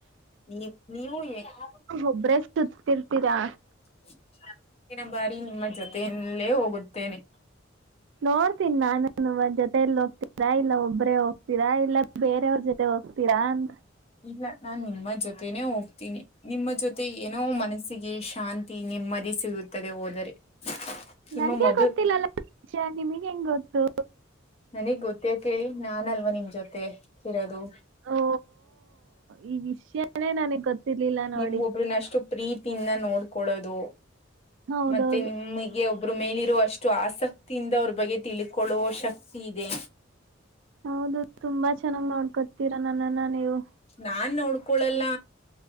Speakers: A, on the left (about 30°); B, on the right (about 65°).
A: ನೀ ನೀವು ಯಾವ್
B: ಒಬ್ಬ್ರೇಷ್ಹ್ಟೋತ್ ತ್ತಿರ್ತೀರಾ.
A: ಮುಂದಿನ ಬಾರಿ ನಿಮ್ಮ ಜೊತೆಯಲ್ಲೇ ಹೋಗುತ್ತೇನೆ.
B: ನೋಡ್ತೀನಿ ನಾನು <unintelligible> ಜೊತೆಯಲ್ಲಿ ಹೋಗ್ತೀರಾ ಇಲ್ಲ ಒಬ್ರೇ ಹೋಗ್ತೀರಾ ಇಲ್ಲ ಬೇರೆಯವ್ರ ಜೊತೆ ಹೋಗ್ತೀರಾ ಅಂತ
A: ಇಲ್ಲ ನಾನ್ ನಿಮ್ಮ ಜೊತೆನೆೇ ಹೋಗ್ತೀನಿ ನಿಮ್ಮ ಜೊತೆ ಏನೋ ಮನಸ್ಸಿಗೆ ಶಾಂತ ಶಾಂತಿ ನೆಮ್ಮದಿ ಸಿಗುತ್ತದೆ ಹೋದರೆ. ನಿಮ್ಮ
B: ನನ್ಗೆ
A: ಮಧು
B: ಗೊತ್ತಿಲ್ಲಲ್ಲಾ <unintelligible> ನಿಮಗ್ ಹೆಂಗ್ ಗೊತ್ತು.
A: ನನಗ್ ಗೊತ್ತ ಯಾಕ್ ಕೇಳಿ ನಾನ್ ಅಲ್ವಾ ನಿಮ್ ಜೊತೆ ಇರೋದು.
B: ಓ ಈ ವಿಷ್ಯನೇ ನನಗ್ ಗೊತ್ತಿರ್ಲಿಲ್ಲ
A: ನೀವು
B: ನೋಡಿ.
A: ಒಬ್ರನ್ನ ಅಷ್ಟು ಪ್ರೀತಿಯಿಂದ ನೋಡ್ಕೊಳ್ಳೋದು
B: ಹೌದೌದು
A: ಮತ್ತೆ ನಿಮಗೆ ಒಬ್ಬರು ಮೇಲಿರುವಷ್ಟ ಅಷ್ಟು ಆಸಕ್ತಿಯಿಂದ ಅವ್ರ ಬಗ್ಗೆ ತಿಳ್ಕೊಳ್ಳುವ ಶಕ್ತಿ ಇದೆ.
B: ಹೌದು ತುಂಬಾ ಚೆನ್ನಾಗ್ ನೋಡ್ಕೊತೀರಾ ನನ್ನನ್ನ ನೀವು.
A: ನಾನ್ ನೋಡ್ಕೊಳಲ್ಲ